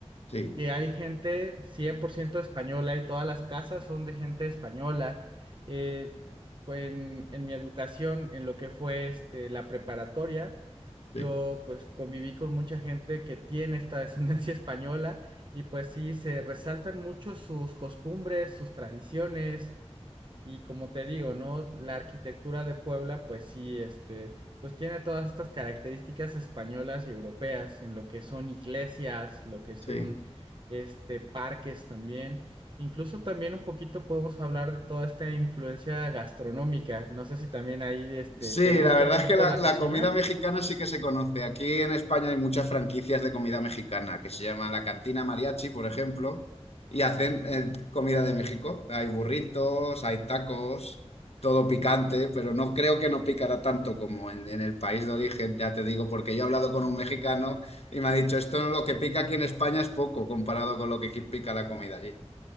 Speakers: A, on the left; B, on the right.
A: sí,
B: que hay gente 100% española y todas las casas son de gente española. Eh, en, en mi educación, en lo que fue este, la preparatoria,
A: sí.
B: yo pues conviví con mucha gente que tiene esta <laughs> descendencia española y pues sí, se resaltan mucho sus costumbres, sus tradiciones y como te digo, ¿no? La arquitectura de Puebla pues sí, este, pues tiene todas estas características españolas y europeas en lo que son iglesias, lo que son
A: Sí.
B: este parques también. Incluso también un poquito podemos hablar de toda esta influencia gastronómica. No sé si también ahí este
A: Sí,
B: te gusta
A: la verdad
B: un poquito
A: es que la,
B: la
A: la
B: cocina.
A: comida mexicana sí que se conoce. Aquí en España hay muchas franquicias de comida mexicana que se llaman la Cantina Mariachi, por ejemplo, y hacen eh, comida de México. Hay burritos, hay tacos, todo picante, pero no creo que no picará tanto como en, en el país de origen, ya te digo, porque yo he hablado con un mexicano y me ha dicho, esto lo que pica aquí en España es poco comparado con lo que aquí pica la comida allí.